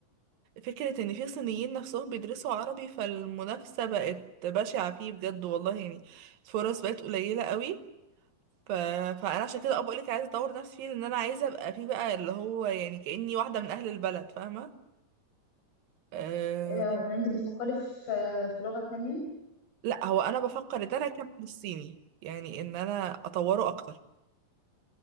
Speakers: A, on the right (about 75°); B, on the left (about 80°).
A: فكرة ان في صينيين نفسهم بيدرسوا عربي فالمنافسة بقت بشعة فيه بجد والله يعني الفرص بقت قليلة قوي ف... فانا عشان كده ابقى لك عايزة اطور نفسي فيه لان انا عايزة ابقى فيه بقى اللي هو يعني كأني واحدة من اهل البلد فاهمة أه...
B: لو انت بتفكري في في لغه تانية
A: لا هو انا بفكر ان انا اكمل الصيني يعني ان انا اطوره اكتر